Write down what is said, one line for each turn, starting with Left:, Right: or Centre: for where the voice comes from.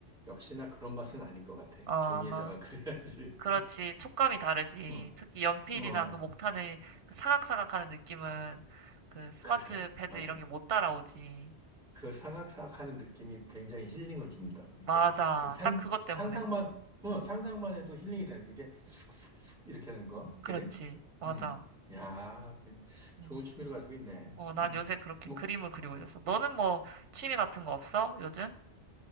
Centre: 역시나 그런 맛은 아닌 것 같아.
Right: 어,
Centre: 종이에다가 그려야지.
Right: 그렇지. 촉감이 다르지.
Centre: <laughs>
Right: 특히 연필이나
Centre: 어, 어,
Right: 그 목탄의 그 사각사각하는 느낌은 그 스마트
Centre: 그래,
Right: 패드
Centre: 맞아.
Right: 이런 게 못 따라오지.
Centre: 그 사각사각하는 느낌이 굉장히 힐링을 준다고. 이렇게
Right: 맞아.
Centre: 상
Right: 딱 그것 때문에.
Centre: 상상만 어 상상만 해도 힐링이 되는 거. 이게 슥슥슥 이렇게 하는 거,
Right: 그렇지.
Centre: 그지?
Right: 맞아.
Centre: 음, 야, 그
Right: 어,
Centre: 좋은 취미를 가지고 있네.
Right: 어, 난
Centre: 음,
Right: 요새 그렇게
Centre: 뭐
Right: 그림을 그리고 있었어. 너는 뭐 취미 같은 거 없어? 요즘?